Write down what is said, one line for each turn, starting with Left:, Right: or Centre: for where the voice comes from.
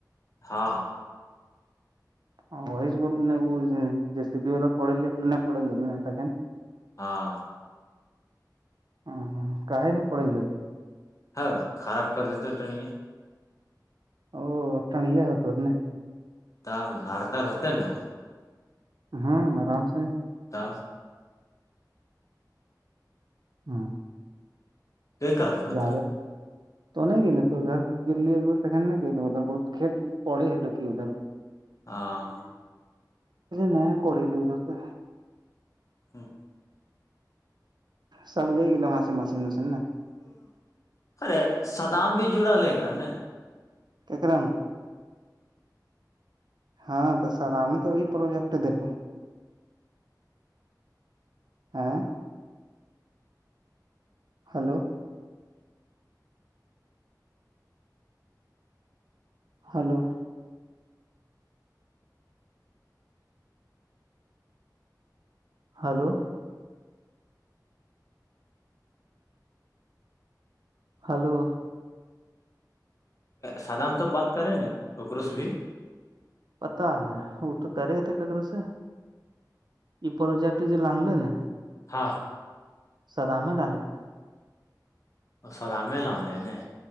Left: ہاں
Right: ہاںس بول ن وہ ج واللا ک ن ک نین
Left: ہاں
Right: ہ ہ کہیں نہیں پڑےل لے
Left: ہ خراب کر دیتا ٹنیاں
Right: او ٹن گیا ہو توور نے
Left: ت گھر ت ہوتے نا
Right: ہاں آرام سے
Left: تا
Right: ہ
Left: کہ کہلکوتر
Right: زدہ تو نہیں گیے توور گھر گلیے ایکارن نے گل ادھر ب کت ق ہیلو کی ادھر پ
Left: ہاں
Right: ن کوڑی ل ادھر سے
Left: ہچ
Right: سب لے گو وہاں سے مشین وشین نا
Left: ارے سدام بھی جڑا ہے کر ر ہم نے
Right: کیاکرام ہاں تو سر ہمیں تو وہ پروجیکٹ دل ہاں ہلو ہلو ہلو ہلو
Left: سادا ہم تو بات کر رہے ہیں نا ککروس بھی
Right: پتا ن وہ تو کرے تھے ککے سے یہ پروجیکٹ جو لانلے نا
Left: ہاں
Right: سداام ہی لان رہے
Left: اور سدام میں لانلے ن